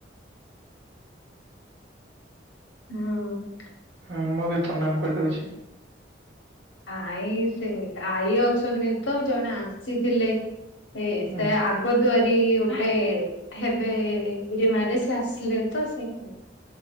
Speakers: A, on the left (about 75°); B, on the right (about 70°).
A: ହଁ।
B: ହଁ ମୁଁ ବି ପ୍ରଣାମ କରିଦଉଛି।
A: ଆଇ ସେ ଆଈ ଅଛନ୍ତି ତ ଜଣେ ଆସିଥିଲେ। ହେ ସେଇ
B: ହୁଁ
A: ଆ କଦୁଆରୀ ଗୋଟେ ହେବେରିମା ରେ ସେ ଆସିଲେ ତ ସେ